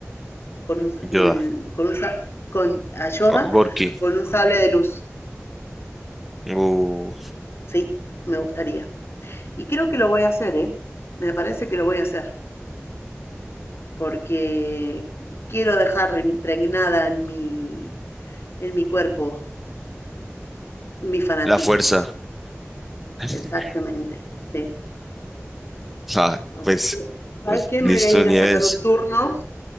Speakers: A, on the left; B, in the centre.
A: con un, s-
B: Yoda,
A: el- con un sa- con a Yoda
B: O- Gorky,
A: con un sable de luz.
B: Uh,
A: Sí, me gustaría. Y creo que lo voy a hacer, ¿eh? Me parece que lo voy a hacer, porque quiero dejar impregnada en mi, en mi cuerpo mi fanatismo.
B: la fuerza. <laughs>
A: Exactamente, sí.
B: Ah,
A: Así
B: pues,
A: que, ¿sabes
B: pues
A: qué?
B: listo,
A: Me voy a ir
B: Nieves,
A: a sacar un turno